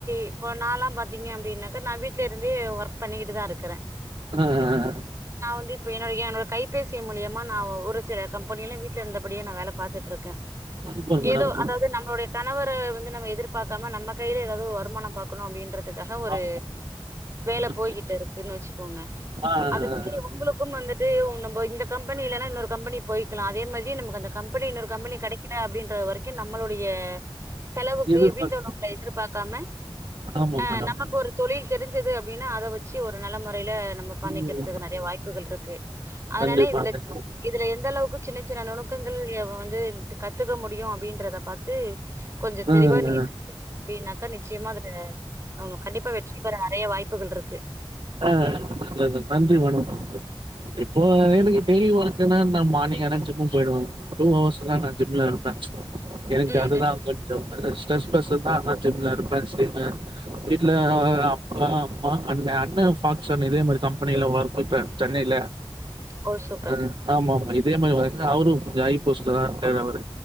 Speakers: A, on the right (about 30°); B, on the right (about 55°).
A: இப்போ நாலாம் பாத்தீங்க அப்டின்னாக்கா நா வீட்லருந்தே ஒர்க் பண்ணிக்கிட்டு தா இருக்குறே
B: ஆ ஆ ஆ
A: நா வந்து இப்போ என்னுடைய என்னோட கைபசியே மூலியமா நா ஒரு சில கம்பெனில வீட்ல இருந்தபடியே நா வேல பாத்துட்டுருக்கே
B: சூப்பர் மேடம்.
A: ஏதோ அதாவது நம்பளோடைய கணவர வந்து நம்ம எதிர்பார்க்காம நம்ம கையில ஏதாவது வருமான பாக்கணு அப்டின்றத் துக்காக ஒரு
B: ஆமா.
A: வேல
B: ஓகே.
A: போய்கிட்டு இருக்குன்னு வச்சுக்கோங்க
B: ஆ, ஆ,
A: அது வந்து
B: ஆ.
A: உங்களுக் கு வந்துட்டு உங் நம்ப இந்த கம்பனி இல்லன்னா இன்னொரு கம்பனி போய்கிலா அதே மாதிரி நமக்கு அந்த கம்பனி இன்னொரு கம்பனி கெடைக் குனு அப்படின்றது வரைக்கு நம்மளுடைய செலவுக்கு
B: எதிர்பார்த்து
A: வீட்ல உள்ளவங்கள எதிர்பாக்காம
B: ஆமா
A: அ
B: மேடம்.
A: நமக்கு ஒரு தொழில் தெரிஞ்சது அப்டின்னா அத வச்சு ஒரு நல்ல மொறையில நம்ம பண்ணிக்கிறதுக்கு
B: ம்.
A: நறைய வாய்ப்புகள் இருக்கு அதனால
B: கண்டிப்பா,
A: இதுல
B: கண்டிப்பா.
A: இதுல எந்த அளவுக்கு சின்ன சின்ன நுணுக்கங்கள் வந்து கத்துக்க முடியு அப்படின்றத பாத்து கொஞ்ச
B: ஆ,
A: தெளிவா நீங்
B: ஆ.
A: <inaudible> அப்படின்னாக்கா நிச்சயமா அதுல அவுங்க கண்டிப்பா வெற்றி பெற நறைய வாய்ப்புகள் இருக்கு
B: ஆ த த நன்றி வேணு சார் இப்போ எனக்கு டெய்லி ஒர்க்ன்னா நா மார்னிங் ஆனா ஜிம்முக்கு போயிடுவே டூ ஹர்ஸ் தா நா ஜிம்ல இருப்பே எனக்கு
A: ம்
B: அதுதா
A: ம்
B: கொஞ்சோம் ஸ்டர்ஸ் ஸ்ட்ரெஸ் ஸ்டெர்ஸ தா நா ஜிம்ல இருப்பே <unintelligible> வீட்ல அ அப்பா அம்மா அண்ண ன்ன ஃபாக்க்ஷோன் இதே மாரி கம்பெனில ஒர்க் பண்றே சென்னையில
A: ஓ சூப்பர்
B: அ ஆமா ஆமா இதே மாரி ஒர்க் அவரும் கொஞ்சோ ஹை போஸ்ட்ல தா இருக்காரு அவரு